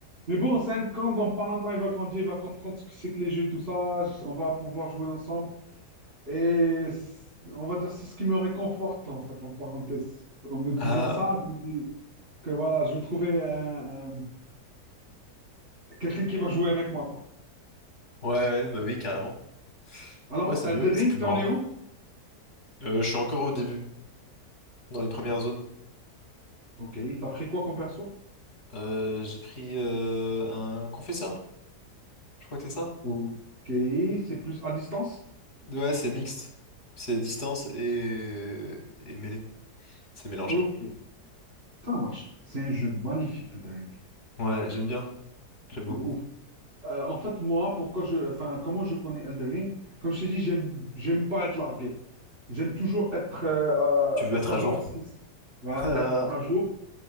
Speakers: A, on the right; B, on the left.
A: Mais bon, 5 ans, dans pas longtemps, il va grandir, il va comprendre ce que c'est que les jeux et tout ça. j- On va pouvoir jouer ensemble. Et c- on va dire, c'est ce qui me réconforte, en fait, en parenthèse. En me disant
B: Ah,
A: ça, je me dis que voilà, je vais trouver un- un- quelqu'un qui va jouer avec moi, quoi.
B: ouais, ouais, bah oui, carrément.
A: Alors,
B: Ouais, c'est
A: Elden
B: mieux, c'est
A: Ring,
B: plus
A: t'en
B: marrant.
A: es où?
B: Euh, je suis encore au début, dans les premières
A: Ok.
B: zones.
A: Ok. T'as pris quoi comme perso?
B: Euh, j'ai pris euh, un confesseur, je crois que c'est ça.
A: Ok. C'est plus à distance?
B: Ouais, c'est mixte. C'est distance et, et mêlée. C'est mélangé.
A: Ok. Ça marche. C'est un jeu magnifique, Elden Ring.
B: Ouais, j'aime bien. J'aime beaucoup.
A: De ouf. Euh, en fait, moi, pourquoi je, enfin, comment je connais Elden Ring? Comme je t'ai dit, j'aime, j'aime pas être largué. J'aime toujours être, euh,
B: Tu veux
A: euh,
B: être
A: savoir
B: à jour?
A: ce qui, se-
B: <laughs>
A: voilà,
B: Ah,
A: être à jour.